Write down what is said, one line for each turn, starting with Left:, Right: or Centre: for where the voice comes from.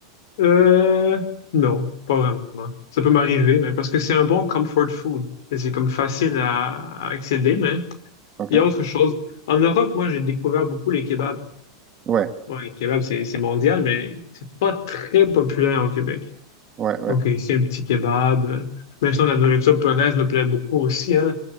Left: Euh, non, pas vraiment. Ça peut m'arriver, mais parce que c'est un bon comfort food. Et C'est comme facile à, à accéder, mais
Right: OK?
Left: il y a autre chose. En Europe, moi, j'ai découvert beaucoup les kebabs.
Right: Ouais,
Left: Bon, les kebabs, c'est c'est mondial, mais c'est pas très populaire au Québec.
Right: ouais, ouais.
Left: Donc, ici, un petit kebab. Même sinon, la nourriture polonaise me plaît beaucoup aussi, hein.